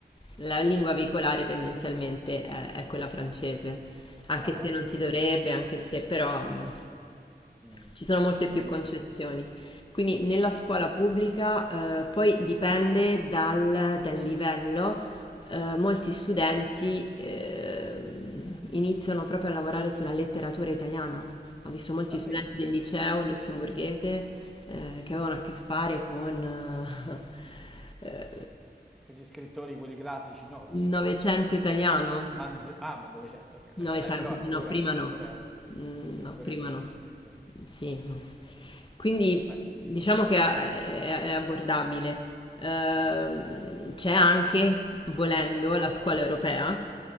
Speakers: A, on the left; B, in the centre.
A: la lingua veicolare tendenzialmente è, è quella francese, anche
B: Ah,
A: se non
B: ah, ok.
A: si dovrebbe, anche se però mh,
B: Mm.
A: ci sono molte più
B: Quindi,
A: concessioni.
B: no-
A: Quindi nella scuola pubblica eh, poi dipende dal, dal livello, eh, molti studenti eh, iniziano proprio a lavorare sulla letteratura italiana. Ho visto molti
B: davvero?
A: studenti del liceo lussemburghese eh, che avevano a che fare con eh, eh,
B: con gli scrittori, quelli classici nostri,
A: il Novecento
B: insomma.
A: italiano.
B: Manzo- ah, ma 900, ok,
A: Novecento,
B: beh, beh, però ancora,
A: sì, no, prima
B: ancora,
A: no. Mm,
B: ancora
A: No, prima
B: è difficile,
A: no.
B: insomma.
A: Sì, no. Quindi
B: Beh,
A: diciamo che è, è abbordabile. Ehm,
B: mhm,
A: c'è anche, volendo, la scuola europea,